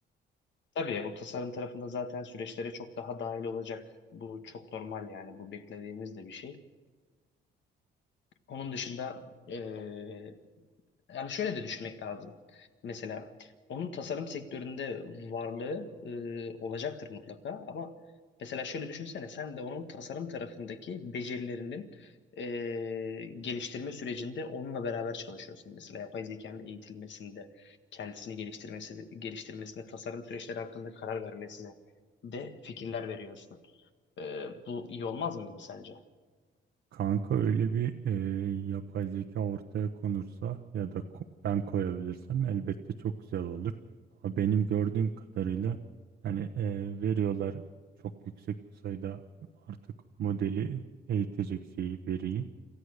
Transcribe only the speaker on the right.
Kanka öyle bir e, yapay zeka ortaya konursa ya da ko- ben koyabilirsem elbette çok güzel olur. Ama benim gördüğüm kadarıyla hani e, veriyorlar çok yüksek sayıda artık modeli eğitecek şeyi veriyi.